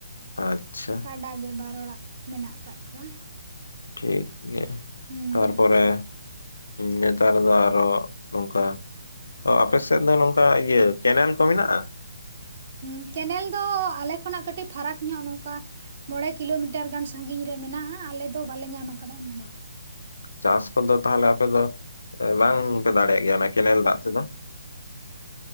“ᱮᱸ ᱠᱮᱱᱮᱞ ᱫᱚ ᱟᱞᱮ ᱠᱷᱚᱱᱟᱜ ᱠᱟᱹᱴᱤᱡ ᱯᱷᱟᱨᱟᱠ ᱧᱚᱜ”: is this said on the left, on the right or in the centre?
Right